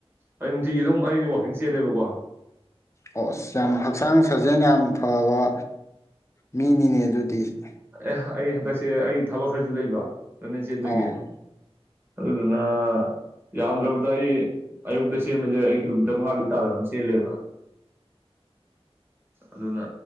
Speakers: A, on the right; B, on the left.
A: ꯑꯩ ꯅꯨꯡꯇꯤꯒꯤ ꯑꯗꯨꯝ ꯑꯩꯗꯤ ꯋꯥꯀꯤꯡ ꯆꯦꯜꯂꯦꯕꯀꯣ
B: ꯑꯣꯁ ꯌꯥꯝ ꯍꯛꯆꯥꯡ ꯁꯥꯖꯦꯟ ꯌꯥꯝ ꯐꯕ ꯃꯤꯅꯤꯅꯦ ꯇ
A: ꯑꯦ ꯑꯩ ꯍꯟꯗꯛꯁꯦ ꯑꯩ ꯊꯕꯛ ꯈꯔꯁꯨ ꯂꯩꯕ ꯂꯝꯖꯦꯟ ꯆꯦꯟꯕꯒꯤ
B: ꯑꯣ
A: ꯑꯗꯨꯗꯨꯅ ꯌꯥꯝ ꯗꯔꯕꯗ ꯑꯩ ꯑꯌꯨꯛꯇ ꯆꯦꯟꯕꯁꯦ ꯑꯩ ꯀꯤꯂꯣꯃꯤꯇꯔ ꯃꯉꯥꯗꯤ ꯇꯥꯗꯅ ꯑꯃ ꯆꯦꯜꯂꯦꯕ ꯑꯗꯨꯅ